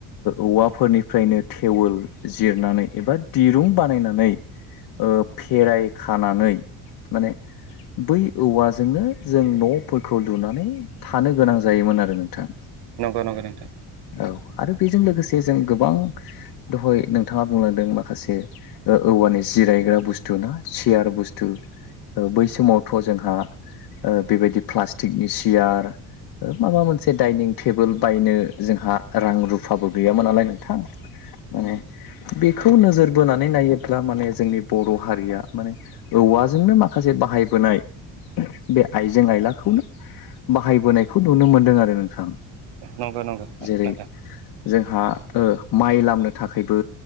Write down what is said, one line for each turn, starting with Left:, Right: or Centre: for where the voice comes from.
Left: औवाफोरनिफ्रायनो थेवोल जिरनानै एबा दिरुं बानायनानै फेराय खानानै माने बै औवाजोंनो जों न'फोरखौ लुनानै थानो गोनां जायोमोन आरो नोंथां
Right: नंगौ नंगौ नोंथां
Left: औ आरो बेजों लोगोसे जों गोबां दहाय नोंथाङा बुंलांदों माखासे औवा निस जिरायग्रा बुस्थु ना सियार बुस्थु बै समावथ' जोंहा बेबायदि प्लास्टिकनि सियार माबा मोनसे डाइनिं टेबोल बायनो जोंहा रां रुफाबो गैयामोन नालाय नोंथां माने बेखौ नोजोर बोनानै नायोब्ला माने जोंनि बर' हारिया माने औवाजोंनो माखासे बाहायबोनाय बे आइजें आयलाखौनो बाहायबोनायखौ नुनो मोनदों आरो नोंथां
Right: नंगौ नंगौ
Left: जेरै
Right: नोंथां
Left: जोंहा माइ लामनो थाखायबो